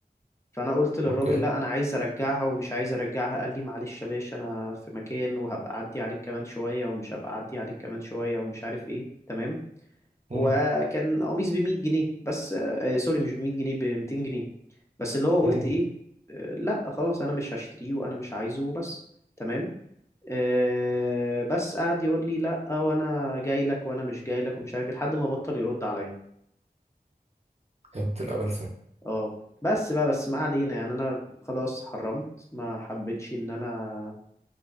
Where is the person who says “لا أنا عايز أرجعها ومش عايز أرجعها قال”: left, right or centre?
Left